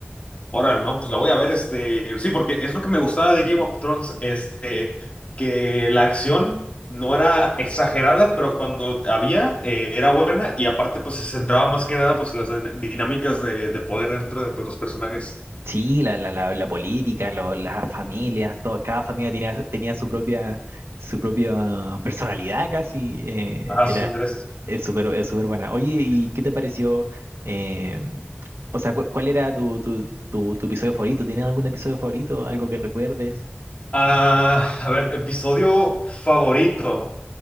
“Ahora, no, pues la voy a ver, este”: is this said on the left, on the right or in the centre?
Left